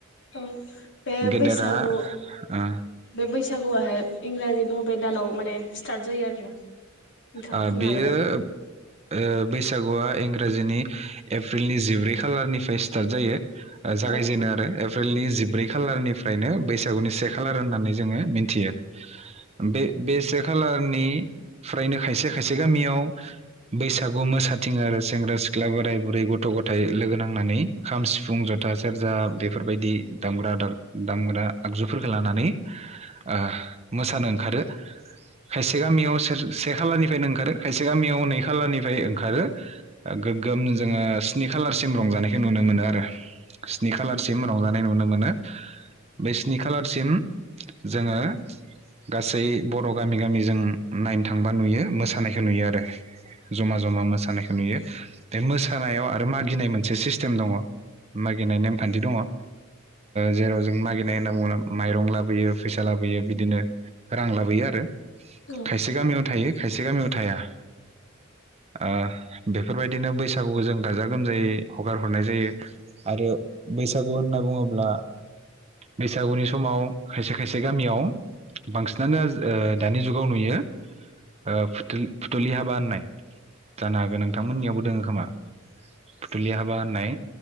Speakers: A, on the left; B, on the right.
A: औ बे
B: गेदेरा
A: बैसागु
B: ओ
A: बे बैसागुआहाय इंराजि बबे बबे दानाव माने स्टार्ट जायो आरोना। नोंथाङा
B: ओ
A: बुंनो
B: बेयो
A: हागोन नामा
B: ओ बैसागुआ इंराजिनि एप्रिलनि जिब्रै खालारनिफ्राय स्टार्ट जायो।
A: औ
B: जागायजेनो आरो एप्रिलनि जिब्रै खालारनिफ्रायनो बैसागुनि से खालार होननानै जोङो मिनथियो बे बे से खालारनि फ्रायनो खायसे खायसे गामियाव बैसागु मोसाथिं आरो सेंग्रा सिख्ला बोराय बुरै गथ गथाय लोगो नांनानै खाम सिफुं जथा सेरजा बे बेफोरबायदि दामग्रा दा दामग्रा आगजुफोरखौ लानानै ओ मोसानो ओंखारो खायसे गामियाव सोर से खालारनिफ्रायनो ओंखारो खायसे गामियाव नै खालारनिफ्राय ओंखारो गोगोम जोङो स्नि खालारसिम रंजानायखौ नुनो मोनो आरो स्नि खालारसिम रंजा नाय नुनो मोनो बे स्नि खालार सिम जोङो गासै बर‌' गामि गामि जों नाय थांबा नुयो मोसानायखौ नुयो आरो जमा जमा मोसानायखौ नुयो बे मोसानायाव आरो मागिनाय मोनसे सिस्टेम दङ मागिनाय नेमखान्थि दङ ओ जेराव जों मागिरनाय होनना बुङोब्ला माइरं लाबोयो फैसा लाबोयो बिदिनो रां लाबोयो आरो
A: औ
B: खायसे गामियाव थायो खायसे गामियाव थाया ओ बेफोरबायदिनो बैसागुखौ जों गाजा गोमजायै हगार हरनाय जायो आरो बैसागु होनना बुङोब्ला बैसागुनि समाव खायसे खायसे गामियाव बांसिनानो आज ओ दानि जुगाव नुयो ओ फुथुल फुथुलि हाबा होननाय जानो हागो नोंथांमोननियावबो दों खोमा फुथुलि हाबा होननाय